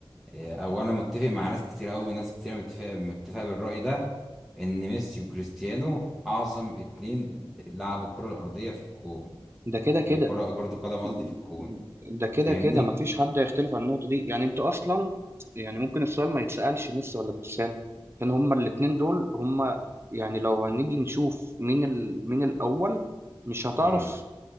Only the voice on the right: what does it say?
ده كده
كده
مم.
ده كده
كده مفيش حد هيختلف عن النقطة دي يعني انت اصلا يعني ممكن السؤال ما يتسألش ميسي ولا كريستيانو عشان هما الاتنين دول هما يعني لو هنيجي نشوف مين ال... مين الاول مش هتعرف